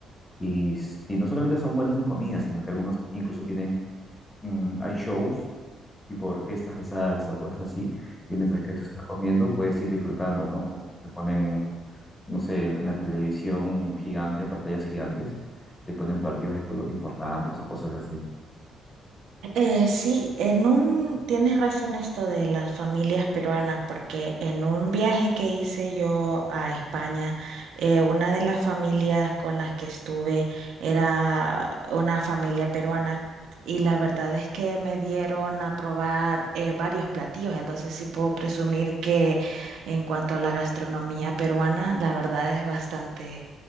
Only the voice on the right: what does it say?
Eh, sí, en un, tienes razón esto de las familias peruanas, porque en un viaje que hice yo a España, eh, una de las familias con las que estuve era una familia peruana y la verdad es que me dieron a probar eh, varios platillos, entonces sí puedo presumir que en cuanto a la gastronomía peruana, la verdad es bastante